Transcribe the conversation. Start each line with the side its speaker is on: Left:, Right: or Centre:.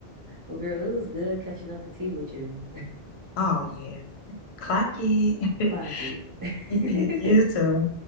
Right: Well, girl, it was good catching up the tea with you.
Left: Oh yeah. Clock it.
Right: <laughs> Clock
Left: <laughs>
Right: it.
Left: You, you, you too.
Right: <laughs>